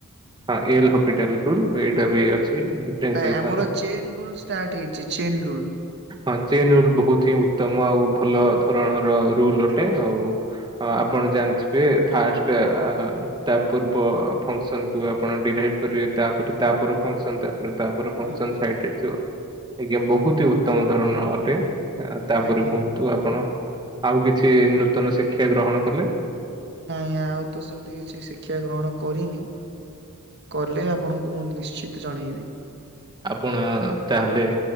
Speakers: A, on the right; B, on the right.
A: ହଁ ଏଲ ହପିଟାଲ୍ ରୁଲ୍ ଏଇଟା ବି ଅଛି ଡିଫରେନ୍ସିଏସନ
B: ନାଇଁ ଆମର ଚେନ୍ ରୁଲ୍ ଷ୍ଟାର୍ଟ ହେଇଚି ଚେନ୍ ରୁଲ୍।
A: ହଁ ଚେନ୍ ରୁଲ୍ ବହୁତ ହିଁ ଉତ୍ତମ ଆଉ ଭଲ ଧରଣର ରୁଲ୍ ଅ ଟେ ଆଉ ଆପଣ ଜାଣିଥିବେ ଫାଷ୍ଟ ଆ ତା ପୂର୍ବ ଫଙ୍କସନ୍ କୁୁ ଆପଣ ଡିରାଇଭ୍ କରିବେ ତା ପରେ ତା ପର ଫଙ୍କସନ୍ ତା ପରେ ତା ପର ଫଙ୍କସନ୍
B: ହଁ
A: ସାଇଟ୍ ରେ ଥିବ। ଆଜ୍ଞା ବହୁତ ହି ଉତ୍ତମ ଧରଣର ଅଟେ। ଆ ତା
B: ଆଜ୍ଞା।
A: ପରେ କୁହନ୍ତୁ ଆପଣ ଆଉ କିଛି ନୂତନ ଶିକ୍ଷା ଗ୍ରହଣ କଲେ?
B: ନାଇଁ ଆଉ ତ ସେମିତି କିଛି ଶିକ୍ଷା ଗ୍ରହଣ କରିନି। କଲେ ଆପଣଙ୍କୁ ମୁଁ ନିଶ୍ଚିତ ଜଣେଇବି।
A: ଆପଣ ତା ହେଲେ